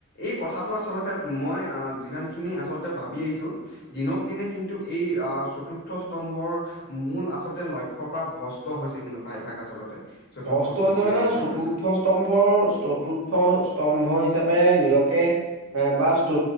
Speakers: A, on the left (about 50°); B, on the right (about 85°).
A: এই কথাটো আচলতে মই আঁ যিমান খিনি আচলতে ভাবি আহিছো। দিনক দিনে কিন্তু এই আঁহ চতুৰ্থ স্তম্ভৰ মূল আচলতে লক্ষ্যৰ পৰা ভ্ৰস্ত হৈছে কিন্তু প্ৰায়ভাগ। আচলতে চতুৰ্থ
B: হস্ত
A: স্তম্ভজুৰিয়ে
B: হৈছে মানে
A: চাবলৈ
B: চতুৰ্থ
A: যোৱা,
B: স্তম্ভৰ চতুৰ্থ স্তম্ভ হিচাপে নীৰকে এ বা ইষ্টো